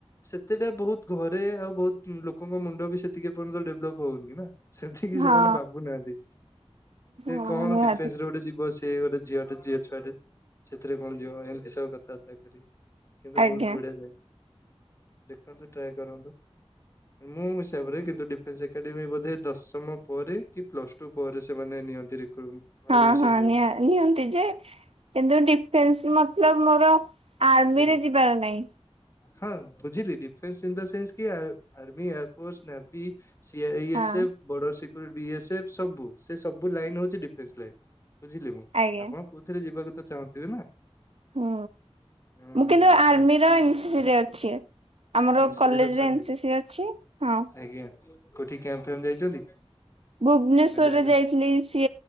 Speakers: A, on the left; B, on the right.
A: ସେତେଟା ବହୁତ ଘରେ ଆଉ ବହୁତ ଲୋକଙ୍କ ମୁଣ୍ଡ ବି ସେତିକି ପର୍ଯ୍ୟନ୍ତ ଡେଭଲପ୍ ହଉନି ନା। ସେତିକି
B: ହଁ।
A: ସେମାନେ ଭାବୁନାହାନ୍ତି
B: ହଁ
A: କଣ
B: ନିହାତି
A: ଡିଫେନ୍ସ ର ଗୋଟେ ଯିବ ସିଏ ଗୋଟେ ଝିଆଟେ ଝିଅଛୁଆଟେ ସେଥିରେ କଣ ଯିବ ଏମିତି ସବୁ କଥାବାର୍ତ୍ତା ହେଇପାରିବେ। କିନ୍ତୁ
B: ଆଜ୍ଞା
A: ବହୁତ ବଢିଆ ଜାଗା ଦେଖନ୍ତୁ ଟ୍ରାଏ କରନ୍ତୁ। ମୋ ହିସାବରେ କିନ୍ତୁ ଡିଫେନ୍ସ ଏକାଡେମୀ ବୋଧେ ଦଶମ ପରେ କି ପ୍ଲସ ଟୁ ଟୁ ପରେ ସେମାନେ ନିଅନ୍ତି।
B: ହଁ
A: ଆଡମିସନ
B: ହଁ
A: ନିଅନ୍ତି
B: ନି ନିଅନ୍ତି ଯେ କିନ୍ତୁ ଡିଫେନ୍ସ ମତଲବ ମୋର ଆର୍ମି
A: ଆଜ୍ଞା
B: ରେ ଯିବାର ନାହିଁ।
A: ହଁ ବୁଝିଲି ଡିଫେନ୍ସ ଇନ୍ ଦ ସେନ୍ସ କି army air force navy C I
B: ହଁ
A: ଏସ୍ ଏଫ ବର୍ଡର ସିକ୍ୟରି ବି ଏସ୍ଏଫ୍ ସବୁ ସେ ସବୁ ଲାଇନ ହଉଛି ଡିଫେନ୍ସ ଲାଇନ୍ ବୁଝିଲି ମୁଁ
B: ଆଜ୍ଞା
A: ଆପଣ କଉଥିରେ ଯିବାକୁ ତ ଚାହୁଁଥିବେ ନା?
B: ହୁଁ
A: ହୁଁ
B: ମୁଁ କିନ୍ତୁ ଆର୍ମିର ଏସି ସ ରେ ଅଛି। ଆମର
A: ଏ ଅ
B: କଲେଜରେ
A: ଆଜ୍ଞା
B: ଏନସିସି ଅଛି ହଁ।
A: କୋଉଠି୍ୟାମ୍ ଫ ଯାଇଛନ୍ତି
B: ଭୁବନେଶ୍ଵରରେ
A: ନା ଯାଇନାହାନ୍ତି
B: ଯାଇଥିଲି ସି